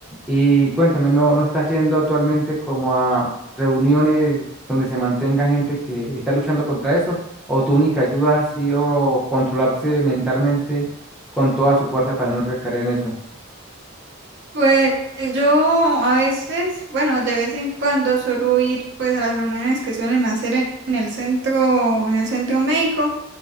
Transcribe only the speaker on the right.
Pues yo a veces, bueno, de vez en cuando suelo ir pues a las reuniones que suelen hacer en en el centro, en el centro médico